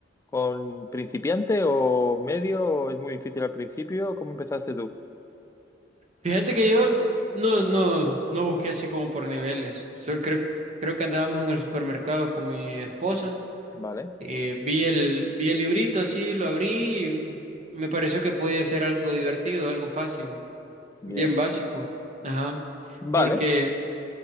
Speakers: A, on the left; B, on the right.
A: con principiante o medio? ¿O ¿Es muy difícil al principio? ¿Cómo empezaste tú?
B: Fíjate que yo no, no, no busqué así como por niveles. Solo creo, creo que andábamos en el supermercado con mi esposa.
A: Vale,
B: Eh, vi el, vi el librito así, lo abrí y me pareció que podía ser algo divertido, algo fácil,
A: bien.
B: bien básico. Ajá.
A: Vale,
B: Porque